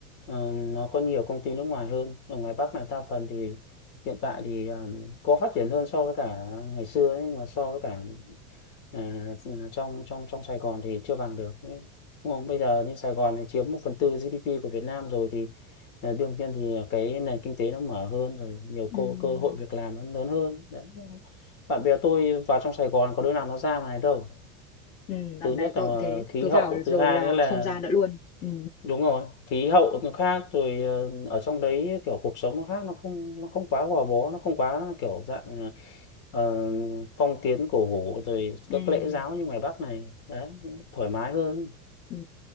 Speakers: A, on the left (about 50°); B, on the left (about 80°).
A: Ờ, nó có nhiều công ty nước ngoài hơn. Ở ngoài Bắc này đa phần thì hiện tại thì um, có phát triển hơn so với cả ngày xưa ấy, mà so với cả à, trong trong trong Sài Gòn thì chưa bằng được đúng không bây giờ như Sài Gòn này chiếm một phần tư GDP của Việt Nam rồi thì à, đương nhiên thì cái nền kinh tế nó mở hơn rồi nhiều
B: ừ
A: cơ cơ hội việc làm nó lớn hơn đấy bạn bè tôi vào trong Sài Gòn có đứa nào nó ra ngoài đâu
B: ừ bạn
A: thứ nhất
B: bè tôi
A: là ờ,
B: cũng thế
A: khí
B: cứ
A: hậu
B: vào rồi
A: thứ hai
B: là
A: nữa là
B: không ra nữa luôn ừ
A: đúng rồi khí hậu nó khác rồi ờ, ở trong đấy kiểu cuộc sống nó khác nó không nó không quá gò bó nó không quá kiểu dạng ờ, ờ, phong kiến cổ hủ rồi
B: ừ
A: các lễ giáo như ngoài Bắc này đấy thoải mái hơn
B: Ừ.